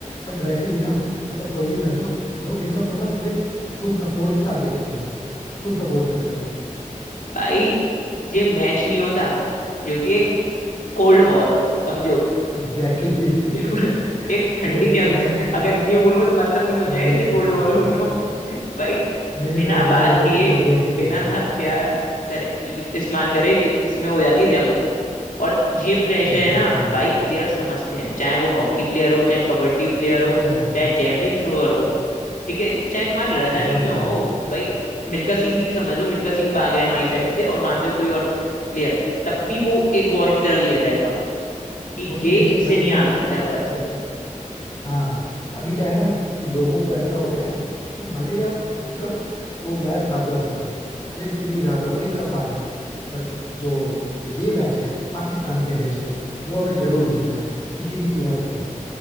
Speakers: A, on the left; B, on the left.
A: बट वैसे भी ना मतलब कोई भी मैच हो लोग एकदम मतलब पूरे फुल सपोर्ट के साथ देखते हैं फुल सपोर्ट करते हैं
B: भाई ये मैच नहीं होता जो होती है कोल्ड वॉर समझो
A: Exactly exactly.
B: बिल्कुल <laughs>
A: <laughs>
B: एक ठंडी
A: ये तो
B: जंग
A: मैं इससे
B: <laughs> अगर न्यू बोलूंगा तो मतलब नहीं
A: स्ट्रांगली
B: समझ आएगा इसलिए
A: एग्री
B: कोल्ड वॉर
A: करता
B: बोल
A: हूँ
B: रहा हूँ <laughs> भाई
A: नहीं नहीं
B: बिना
A: भाई मैं
B: बात
A: एकदम
B: किए
A: स्ट्रांगली एग्री करता
B: बिना
A: हूँ इससे
B: हथियार करे लि- इस्तेमाल करे जी- इसमें हो जाती है जंग और ये प्रेशर
A: एग्जैक्टली
B: है ना
A: exactly,
B: भाई प्लेयर समझते हैं चाहे वो हॉकी प्लेयर हो चाहे कबड्डी प्लेयर
A: बात
B: हो
A: तो है
B: चाहे जेवलिन थ्रोअर हो ठीक है चाहे तुम्हारा रनर
A: ये
B: ही
A: बात
B: क्यों
A: तो है
B: हो
A: भाई
B: भाई मिल्खा सिंह ही समझ लो मिल्खा सिंह भाग रहे हैं हमारी साइड से और वहां से कोई और प्लेयर तब भी वो एक वॉर की तरह लिया जाएगा कि
A: वो तो
B: ये
A: लेते
B: इससे
A: ही भाई
B: नहीं
A: वो
B: हार
A: लेते
B: सकता
A: हैं एक्चुअली
B: है बस
A: लेते हैं हाँ अभी क्या है ना कि लोगों को ऐसा हो गया है कि भले ही आप <laughs> मतलब वो मैच हार जाओ पूरा भले ही सीरीज हार जाओ भले ही कप हार जाओ बट जो ये मैच है पाकिस्तान के अगेंस्ट में वो हमें जरूर जीतना है किसी भी कीमत पे